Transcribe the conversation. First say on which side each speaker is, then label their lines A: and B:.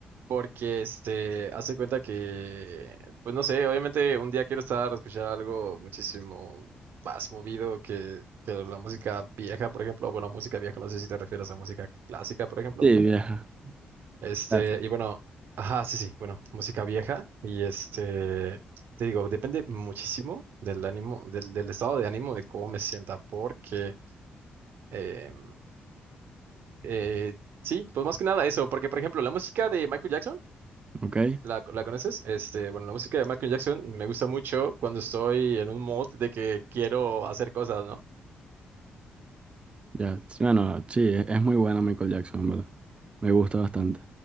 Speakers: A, on the right (about 75°); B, on the right (about 30°).
A: porque, este, hace cuenta que, pues no sé, obviamente un día quiero estar a escuchar algo muchísimo más movido que, que la música vieja, por ejemplo. Bueno, música vieja, no sé si te refieres a música clásica, por ejemplo.
B: Sí, vieja.
A: Este,
B: Gracias.
A: y bueno, ajá, sí, sí, bueno, música vieja. Y este, te digo, depende muchísimo del ánimo, del, del estado de ánimo, de cómo me sienta, porque, em, eh, sí, pues más que nada eso, porque, por ejemplo, la música de Michael Jackson.
B: Ok.
A: ¿La, la conoces? Este, bueno, la música de Michael Jackson me gusta mucho cuando estoy en un mood de que quiero hacer cosas, ¿no?
B: Ya. Sí, Bueno, sí, es es muy buena Michael Jackson, en ¿verdad? Me gusta bastante.